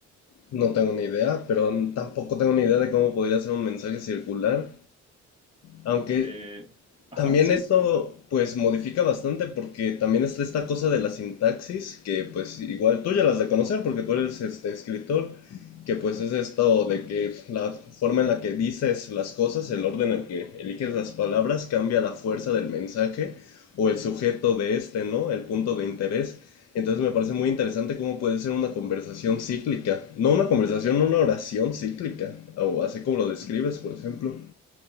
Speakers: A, on the left; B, on the right.
A: No tengo ni idea, pero tampoco tengo ni idea de cómo podría ser un mensaje circular. Aunque
B: Eh, ajá,
A: también
B: sí.
A: esto pues modifica bastante porque también está esta cosa de la sintaxis que pues igual tú ya las de conocer porque tú eres este escritor que pues es esto de que la forma en la que dices las cosas, el orden en el que eliges las palabras cambia la fuerza del mensaje o el sujeto de este, ¿no? El punto de interés. Entonces me parece muy interesante cómo puede ser una conversación cíclica, no una conversación, una oración cíclica, o así como lo describes, por ejemplo.